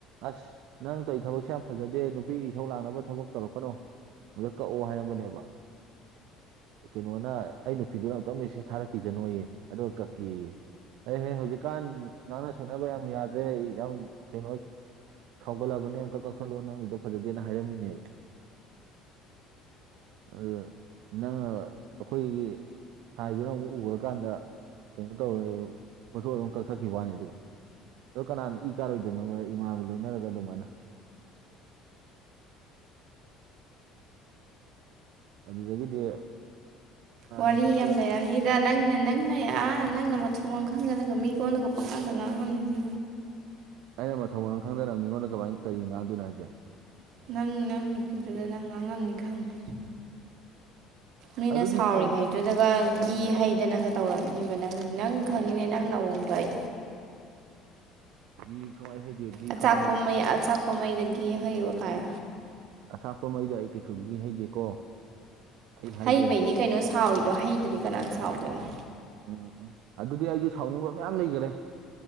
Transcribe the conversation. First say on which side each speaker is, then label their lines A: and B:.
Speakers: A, on the right; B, on the right.
A: ꯑꯁ ꯅꯪ ꯇꯧꯔꯤ ꯊꯕꯛꯁꯦ ꯌꯥꯝ ꯐꯖꯗꯦ ꯅꯨꯄꯤꯒꯤ ꯏꯁꯧ ꯂꯥꯡꯅꯕ ꯊꯕꯛ ꯇꯧꯔꯛꯀꯅꯣ ꯑꯗꫭ ꯀꯛꯑꯣ ꯍꯥꯏꯔꯝꯕꯅꯦꯕ꯫ ꯑ ꯀꯩꯅꯣꯅ ꯑꯩ ꯅꯨꯄꯤꯗꯨꯅ ꯑꯨꯛꯇꯪ ꯃꯦꯁꯦꯁ ꯊꯥꯔꯛꯈꯤꯁꯅꯣꯌꯦ ꯑꯗꯨꯒ ꯀꯛꯀꯦꯌꯦ꯫ ꯑꯩꯍꯦ ꯍꯧꯖꯤꯛꯀꯥꯟ ꯉꯥꯡꯅ ꯁꯥꯟꯅꯕ ꯌꯥꯝ ꯌꯥꯗ꯭ꯔꯦ ꯑꯩ ꯌꯥꯝ ꯀꯩꯅꯣ ꯁꯥꯎꯒꯠꯂꯕꯅꯤ ꯑꯝꯇ ꯀꯛꯊꯠꯂꯣ ꯅꯪꯒꯤꯗꯣ ꯐꯖꯗꯦꯅ ꯍꯥꯏꯔꯝꯃꯤꯅꯦꯕ꯫ ꯑꯗꯨ ꯅꯪꯅ ꯑꯈꯣꯏꯒꯤ ꯁꯥꯏꯗꯨꯅ ꯑꯃꯨꯛ ꯎꯒ꯭ꯔꯀꯥꯟꯗ ꯀꯩꯅꯣ ꯇꯧꯔꯦ ꯄꯣꯊꯣꯗꫭ ꯑꯗꯨꯝ ꯀꯛꯊꯠꯈꯤꯕ ꯋꯥꯅꯤ ꯑꯗꯨꯒ꯫ ꯑꯗꯣ ꯀꯅꯥꯅ ꯏ ꯀꯥꯔꯣꯏꯗꯣꯏꯅꯣꯕ ꯏꯃꯥꯅꯕꯨ ꯂꯣꯏꯅꯔꯒ ꯑꯗꯨꯃꯥꯏꯅ꯫ ꯑꯗꯨꯗꯒꯤꯗꯤ
B: ꯋꯥꯔꯤ
A: ꯅꯨꯄꯤꯗ
B: ꯌꯥꯝ ꯂꯩꯔꯝꯅꯤ꯫ ꯗ ꯅꯪꯅ ꯅꯪꯅ ꯑꯥ ꯅꯪꯅ ꯃ ꯊꯣꯡꯃꯥꯡ ꯈꯪꯗꯅ ꯅꯪꯅ ꯃꯤꯒꯣꯟꯗꯒ ꯄꯪꯉꯥꯡꯗ ꯉꯥꯡ ꯉꯝꯅꯤ꯫
A: ꯑꯩꯅ ꯃꯊꯧ ꯃꯔꯝ ꯈꯪꯗꯅ ꯃꯤꯉꯣꯟꯗ ꯀꯃꯥꯏꯅ ꯀꯔꯤ ꯉꯥꯡꯗꯣꯏꯅꯣ ꯍꯥꯏꯁꯦ꯫
B: ꯅꯪ ꯅꯪ ꯅꯨꯄꯤꯗꯨꯗ ꯅꯪ ꯉꯥꯡꯉꯝꯅꯤ ꯈꯪꯉꯦ꯫ ꯅꯣꯏꯅ
A: ꯑꯗꯨꯗꯤ
B: ꯁꯥꯎꯔꯤꯉꯩ
A: ꯁꯥꯎꯟ
B: ꯗꯨꯗꯒ ꯘꯤ ꯍꯩꯗꯅꯒ ꯇꯧꯔꯝꯅꯤꯕ ꯅꯪ ꯅꯪ ꯈꯪꯉꯤꯅꯦ ꯅꯪ ꯅꯑꯣꯡꯗꯣ ꯑꯩ꯫
A: ꯒꯤ ꯁꯨꯡꯍꯩ ꯍꯩꯗꯦ꯫ ꯒꯤ
B: ꯑꯆꯥꯛꯄ
A: ꯁꯨꯡꯍꯩ ꯍꯩꯗꯦ
B: ꯃꯩ ꯑꯆꯥꯛꯄ ꯃꯩꯗ ꯒꯤ ꯍꯩꯕ ꯀꯥꯏ꯫
A: ꯑꯆꯥꯛꯄ ꯃꯩꯗ ꯑꯩ ꯀꯩꯁꯨ ꯒꯤ ꯍꯩꯗꯦꯀꯣ꯫ ꯑꯩ ꯍꯥꯏꯒꯦ
B: ꯍꯩꯕꯩꯅꯤ ꯀꯩꯅꯣ ꯁꯥꯎꯏꯗꯣ ꯍꯩꯗꯗꯤ ꯀꯅꯥꯅ ꯁꯥꯎꯗꯣꯏꯅꯣ꯫
A: ꯎꯝ ꯎꯝ ꯑꯗꯨꯗꯤ ꯑꯩꯁꯨ ꯁꯥꯎꯅꯤꯡꯕ ꯃꯌꯥꯝ ꯂꯩꯈꯔꯦ꯫